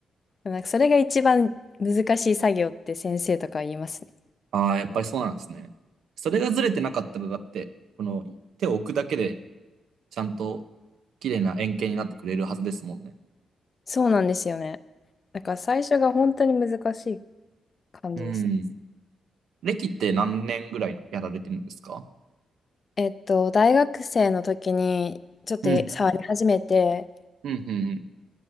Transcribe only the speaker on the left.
なんかそれが一番難しい作業って先生とかは言いますね。
そうなんですよね。なんか最初が本当に難しい感じですね。
えっと、大学生の時にちょっと触り始めて、